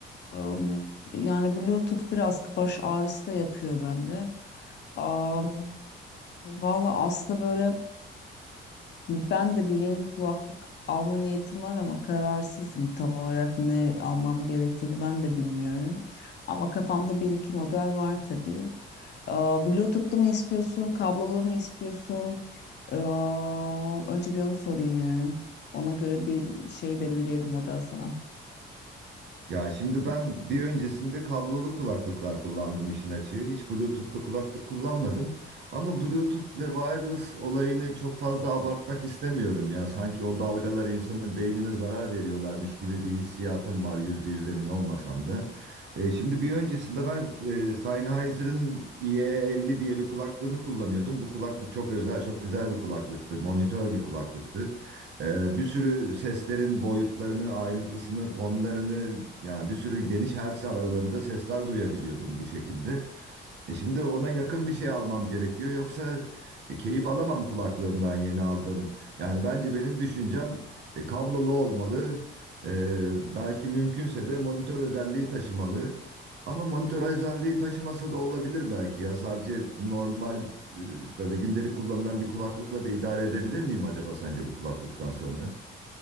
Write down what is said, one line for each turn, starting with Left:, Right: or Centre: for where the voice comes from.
Left: Am, yani Bluetooth biraz baş ağrısı da yapıyor bende. Am, valla aslında böyle ben de bir yeni bir kulaklık alma niyetim var ama kararsızım tam olarak ne almam gerektiğini ben de bilmiyorum. Ama kafamda bir iki model var tabii. Aa, Bluetooth'lu mu istiyorsun, kablolu mu istiyorsun? Aa, önce bir onu sorayım yani. Ona göre bir şey belirleyelim model sana.
Right: Ya şimdi ben bir öncesinde kablolu kulaklıklar kullandım işin açığı. Hiç Bluetooth'lu kulaklık kullanmadım. Ama Bluetooth ve wireless olayını çok fazla abartmak istemiyorum ya. Sanki o dalgalar insanın beynine zarar veriyorlarmış gibi bir hissiyatım var yüzde yüz emin olmasam da. E, şimdi bir öncesinde ben e, Sennheiser'ın IE50 diye bir kulaklığını kullanıyordum. Bu kulaklık çok özel, çok güzel bir kulaklıktı. Monitör bir kulaklıktı. Ee, bir sürü seslerin boyutlarını, ayrıntısını, tonlarını yani bir sürü geniş hertz aralığında sesler duyabiliyordum bu şekilde. E şimdi ona yakın bir şey almam gerekiyor. Yoksa e, keyif alamam kulaklığımdan yeni aldım. Yani bence benim düşüncem e, kablolu olmalı. E, belki mümkünse de monitör özelliği taşımalı. Ama monitör özelliği taşımasa da olabilir belki ya. Sadece normal e, böyle gündelik kullanılan bir kulaklıkla da idare edebilir miyim acaba sence bu kulaklıktan sonra?